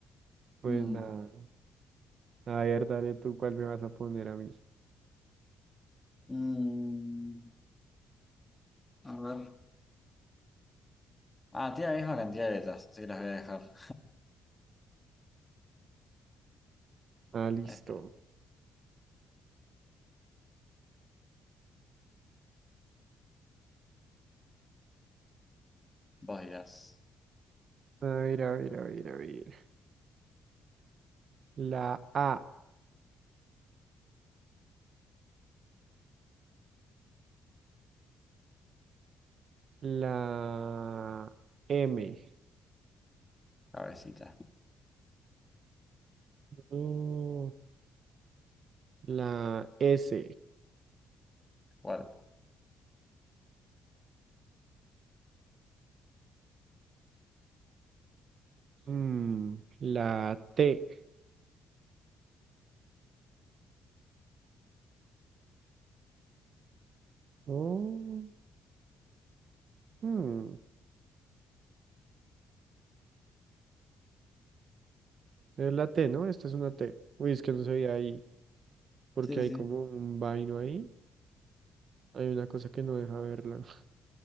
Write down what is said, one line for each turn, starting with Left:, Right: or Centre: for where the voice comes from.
Right: Pues
Left: Mm,
Right: nada. A ver, dale tú cuál me vas a poner a mí.
Left: mm, a ver. Ah, tiene la misma cantidad de letras, así que las voy a dejar.
Right: Ah, listo.
Left: <laughs> Ahí está. Vos dirás,
Right: A ver, a ver, a ver, a ver. La A, la M,
Left: cabecita,
Right: Mm, la S,
Left: cuerpo.
Right: Mm, la T. Oh, mm. Es la T, ¿no? Esta es una T. Uy, es que no se veía ahí, porque
Left: Sí,
Right: hay
Left: sí,
Right: como un vaino ahí. Hay una cosa que no deja verla. <laughs>